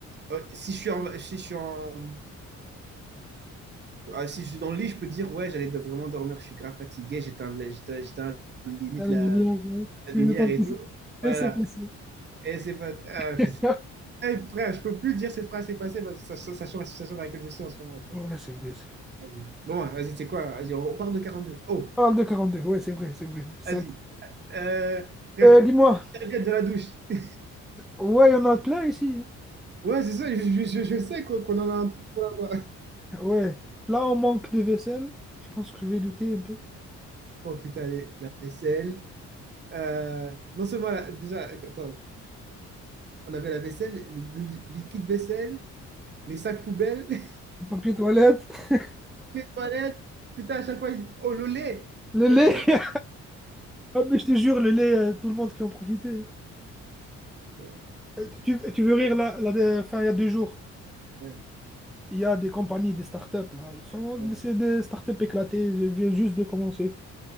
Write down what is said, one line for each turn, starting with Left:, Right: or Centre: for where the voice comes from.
Right: euh, si je suis en, si je suis en, ah, si je suis dans le lit, je peux dire, ouais, j'allais de- vraiment dormir, je suis grave fatigué, j'éteins, j'éteins- j'éteins limite
Centre: T'as la
Right: la,
Centre: lumière, ouais, tu
Right: la lumière
Centre: veux ton petit-
Right: et tout. Voilà.
Centre: Et c'est passé.
Right: Et c'est pas. ah,
Centre: <laughs>
Right: putain. Eh, frère, je peux plus dire cette phrase est passée, parce que sach- sachant la situation dans laquelle je suis en ce moment, tu vois.
Centre: Ouais, c'est vrai, c'est vrai.
Right: Vas-y. Bon, ouais, vas-y, tu sais quoi? Vas-y, on, on parle de quarante-deux Oh,
Centre: Parle de quarante-deux. ouais, c'est vrai, c'est vrai. Ça-
Right: vas-y. Euh, frère,
Centre: Euh, dis-moi,
Right: serviette de la douche. <laughs>
Centre: ouais, il y en a plein ici.
Right: Ouais, c'est ça, je, je- je- je sais qu'on qu'on en a un peu. là-bas.
Centre: Ouais, là, on manque de vaisselle. Je pense que je vais douter un peu.
Right: Oh putain, les- la vaisselle. Euh, non seulement, la- déjà, attends, on avait la vaisselle, le, le liquide vaisselle, les sacs poubelles, <laughs> les
Centre: Papier toilette, <laughs>
Right: toilette. Putain, à chaque fois, je dis, oh, le lait,
Centre: le
Right: le
Centre: lait.
Right: lait.
Centre: Ah, mais je te jure, le lait, euh, tout le monde qui en profitait. hein.
Right: Euh,
Centre: Euh, Tu, tu veux rire, là, là, de- enfin, il y a deux jours,
Right: Ouais,
Centre: il y a des compagnies, des startups, là. Ils sont,
Right: ouais,
Centre: c'est des startups éclatées, je viens juste de commencer.